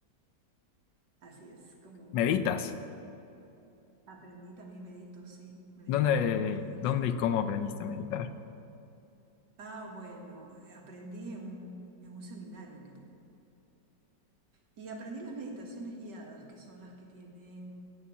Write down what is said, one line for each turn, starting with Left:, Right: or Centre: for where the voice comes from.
Right: Así es como
Left: ¿Meditas?
Right: aprendí, también medito, sí, medito
Left: ¿Dónde,
Right: todos los días.
Left: dónde y cómo aprendiste a meditar?
Right: Ah, bueno, eh, aprendí en un, en un seminario que... Y aprendí las meditaciones guiadas, que son las que tienen